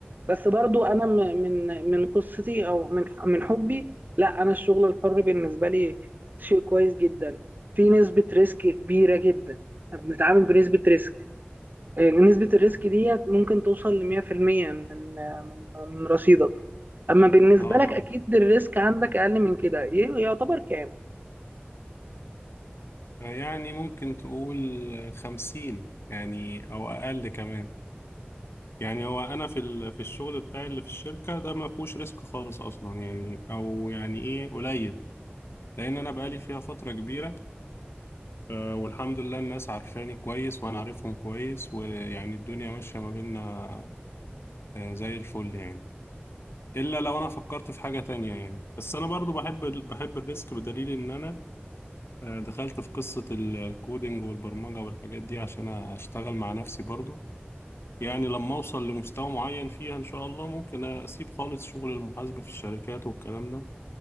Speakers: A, on the right (about 50°); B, on the left (about 85°).
A: بس برضو انا م- من من قصتي او من من حبي لا انا الشغل الحر بالنسبه لي شيء كويس جدا في نسبه ريسك كبيره جدا بنتعامل بنسبه ريسك آه، نسبه الريسك دي ممكن توصل ل 100% من آه، من من رصيدك اما بالنسبه
B: اه
A: لك
B: طبعا
A: اكيد الريسك عندك اقل من كده ي- يعتبر كام
B: آه، يعني ممكن تقول خمسين يعني أو أقل كمان يعني هو انا في ال- في الشغل بتاعي اللي في الشركه ده ما فيهوش ريسك خالص اصلا يعني او يعني ايه قليل لان انا بقالي فيها فتره كبيره آه، والحمد لله الناس عارفاني كويس وانا عارفهم كويس ويعني الدنيا ماشيه ما بيننا آه، زي الفل يعني الا لو انا فكرت في حاجه تانية يعني بس انا برضو بحب ال- بحب الريسك بدليل ان انا آه، دخلت في قصه ال- الكودينج والبرمجه والحاجات دي عشان اشتغل مع نفسي برضو يعني لما أوصل لمستوى معين فيها إن شاء الله ممكن أسيب خالص شغل المحاسبة في الشركات والكلام ده